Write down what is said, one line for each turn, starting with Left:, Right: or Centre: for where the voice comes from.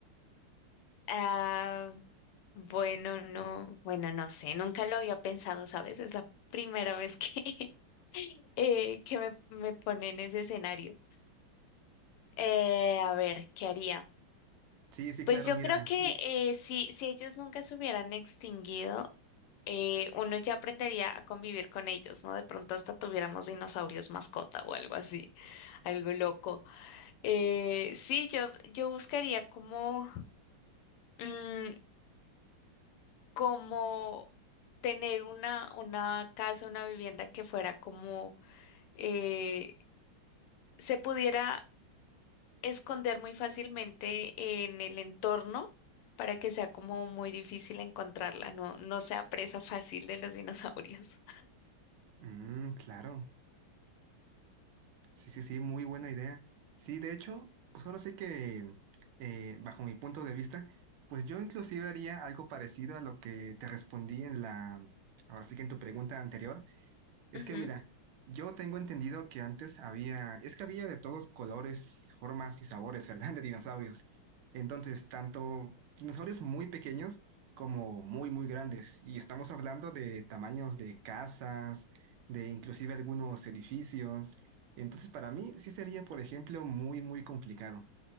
Left: Ah, bueno, no, bueno, no sé, nunca lo había pensado, ¿sabes? Es la primera vez que, <laughs> eh, que me, me pone en ese escenario. Eh, a ver, ¿qué haría?
Right: Sí, sí,
Left: Pues
Right: claro,
Left: yo
Right: mira.
Left: creo que
Right: y-
Left: eh, si, si ellos nunca se hubieran extinguido, eh, uno ya aprendería a convivir con ellos, ¿no? De pronto hasta tuviéramos dinosaurios mascota o algo así, algo loco. Eh, sí, yo, yo buscaría como... mm, como tener una, una casa, una vivienda que fuera como eh, se pudiera esconder muy fácilmente en el entorno para que sea como muy difícil encontrarla, no, no sea presa fácil de los dinosaurios.
Right: Mm, claro. Sí, sí, sí, muy buena idea. Sí, de hecho, pues ahora sí que, eh, bajo mi punto de vista, pues yo inclusive haría algo parecido a lo que te respondí en la, ahora sí que en tu pregunta anterior, es
Left: Ujú,
Right: que mira, yo tengo entendido que antes había, es que había de todos colores, formas y sabores, <laughs> ¿verdad? De dinosaurios. Entonces, tanto dinosaurios muy pequeños como muy, muy grandes. Y estamos hablando de tamaños de casas, de inclusive algunos edificios. Entonces, para mí sí sería, por ejemplo, muy, muy complicado.